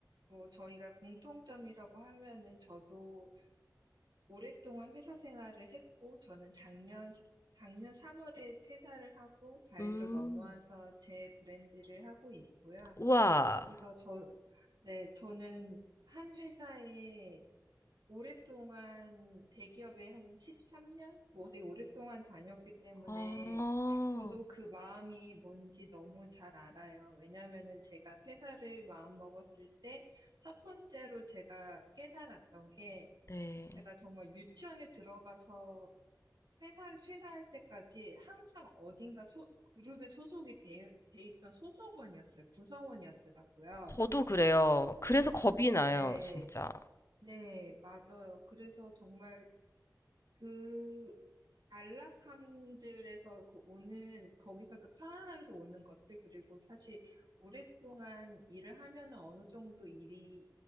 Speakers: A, on the right; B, on the left.
A: 뭐, 저희가 공통점이라고 하면은 저도 오랫동안 회사 생활을 했고, 저는 작년, 작년 3월에 퇴사를 하고, 발리로
B: 음,
A: 넘어와서 제 브랜드를 하고 있고요.
B: 우와.
A: 그래서 저, 네, 저는 한 회사에 오랫동안 대기업에 한 13년? 뭐 되게 오랫동안 다녔기 때문에
B: 어,
A: 저도 그 마음이 뭔지 너무 잘 알아요. 왜냐면은 제가 퇴사를 마음먹었을 때 첫 번째로 제가 깨달았던 게
B: 네.
A: 제가 정말 유치원에 들어가서 회사를 퇴사할 때까지 항상 어딘가 소- 그룹에 소속이 돼, 돼 있던 소속원이었어요. 구성원이었더라고요.
B: 저도 그래요. 그래서 겁이 나요,
A: 네,
B: 진짜.
A: 네, 맞아요. 그래서 정말 그 안락함들에서 그 오는, 거기서 그 편안함에서 오는 것들, 그리고 사실 오랫동안 일을 하면은 어느 정도 일이